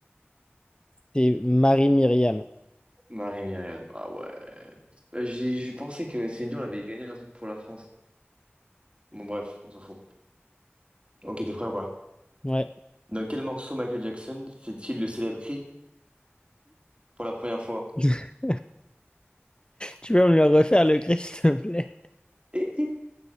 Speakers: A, on the left; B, on the right.
A: c'est Marie-Myriam.
B: Marie-Myriam. Ah ouais. Euh, J'ai, je pensais que Céline Dion avait gagné un truc pour la France. Bon, bref, on s'en fout. Ok, t'es prêt ou pas?
A: Ouais.
B: Dans quel morceau Michael Jackson fait-il le célèbre cri pour la première fois?
A: <laughs> Tu peux me le refaire, le cri, s'il te plaît?
B: Hé, hé,